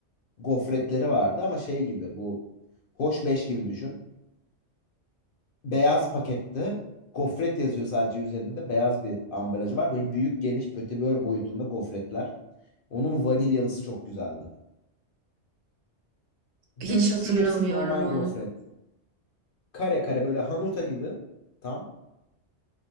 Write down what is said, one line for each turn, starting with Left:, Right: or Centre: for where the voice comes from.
Left: gofretleri vardı ama şey gibi bu Hoş beş gibi düşün. Beyaz pakette gofret yazıyor sadece üzerinde. Beyaz bir ambalajı var. Böyle büyük geniş pötibör boyutunda gofretler. Onun vanilyalısı çok güzeldi.
Right: Hiç
Left: Düz,
Right: hatırlamıyorum
Left: sihirsiz normal
Right: onu.
Left: gofret. Kare kare böyle hanuta gibi. Tam.